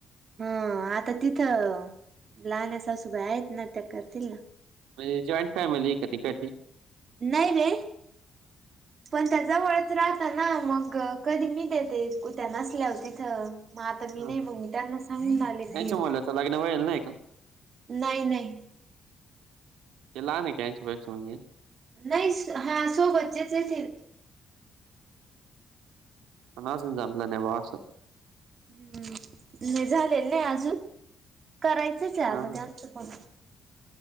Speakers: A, on the right; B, on the right.
A: हा आता तिथं लहान अ सासूबाई आहेत ना त्या करतील ना
B: म्हणजे जॉईंट फॅमिली क तिकळची.
A: नई रे पण त्या जवळच राहत ना मग कधी मी देते कुत्या नसल्यावर तिथं मग आता मी
B: हां
A: नाही
B: हां.
A: मग मी त्यांना सांगून आले की
B: त्यांच्या मुलाचं लग्न व्हायल नाही का?
A: नाही नाही.
B: ते लहान ये का त्यांच्यापेक्षा म्हणजे.
A: नाही हा सोबतचेच येतील.
B: अजून जमलं नाही बॉ असं.
A: हम्म नाही झालेल नाही अजून करायचंच आहे आता
B: हा
A: जास्त पण